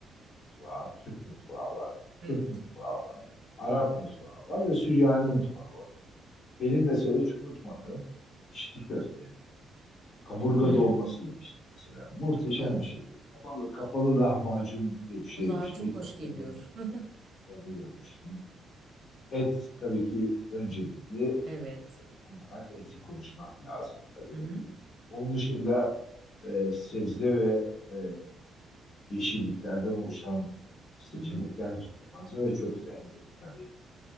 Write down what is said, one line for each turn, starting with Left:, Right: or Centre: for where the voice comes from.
Left: mutfağı, Türk mutfağı var, Kürt
Right: Evet.
Left: mutfağı var, Arap mutfağı var ve Süryani mutfağı var. Benim mesela hiç unutmadığım içli köfte, kaburga
Right: Hmm.
Left: dolması yemiştim mesela. Muhteşem
Right: Oo.
Left: bir şeydi. Kapalı, kapalı lahmacun diye bir şey
Right: Kulağa
Left: yemiştim.
Right: çok
Left: İlk
Right: hoş
Left: defa
Right: geliyor.
Left: orada,
Right: <laughs>
Left: orada görmüştüm. Et tabii ki öncelikli.
Right: Evet.
Left: olarak etik konuşmak lazım tabii.
Right: Hı hı.
Left: Onun dışında e, sebze ve e, yeşilliklerden oluşan e, seçenekler
Right: Hı hı.
Left: de çok fazla ve çok zengin. Tabii